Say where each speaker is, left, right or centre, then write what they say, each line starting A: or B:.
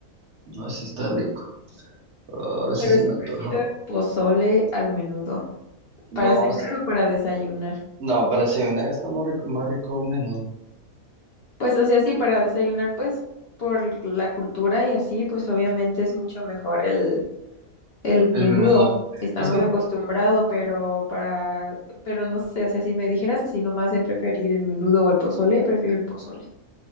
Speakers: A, on the right (about 55°); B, on the left (about 55°).
A: No, sí está rico. Ah, sí
B: Pero
A: se me
B: sí
A: antojó.
B: prefiero el pozole al menudo,
A: No,
B: para cenar
A: o sea,
B: o para desayunar.
A: no, para cenar está más rico, más rico un menudo.
B: Pues, o sea, sí, para desayunar, pues, por la cultura y así, pues obviamente es mucho mejor el, el
A: El
B: menudo.
A: menudo.
B: Estamos
A: Es que,
B: acostumbrados, pero para, pero no sé, o sea, si me dijeras así nomás de preferir el menudo o el pozole, prefiero el pozole.